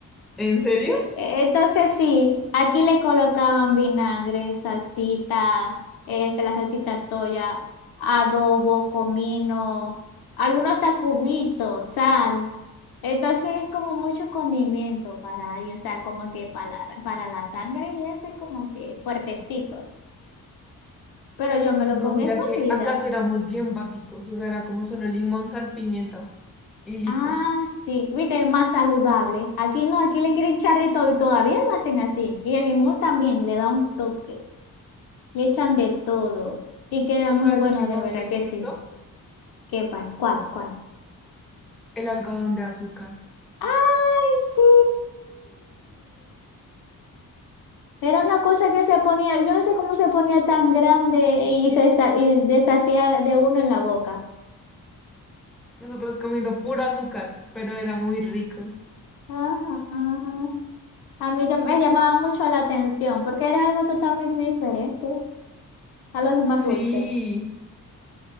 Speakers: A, in the centre; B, on the left.
A: ¿En serio?
B: E- e- Entonces sí, aquí le colocaban vinagre, salsita, este, la salsita soya, adobo, comino, algunos tacubitos, sal. Entonces es como mucho condimento para alguien, o sea, como que para, la- para la sangre y ese es como que fuertecito. Pero yo me lo
A: No,
B: comí
A: mira
B: a escondidas.
A: que acá sí éramos bien básicos, o sea, era como solo limón, sal, pimienta y listo.
B: Ah, sí, viste, es más saludable. Aquí no, aquí le quieren echar de todo y todavía lo hacen así. Y el limón también le da un toque. Le echan de todo. Y queda
A: ¿O
B: muy
A: sabes
B: bueno,
A: qué más
B: de verdad
A: recuerdo?
B: que sí. ¿Qué pa? ¿Cuál? ¿Cuál?
A: El algodón de azúcar.
B: ¡Ay, sí! Era una cosa que se ponía, yo no sé cómo se ponía tan grande y se sa- y deshacía de uno en la boca.
A: Nosotros comiendo pura azúcar, pero era muy rico.
B: Ah, ah. ah. a mí ya me llamaba mucho la atención porque era algo totalmente diferente a los demás
A: Sí,
B: dulces.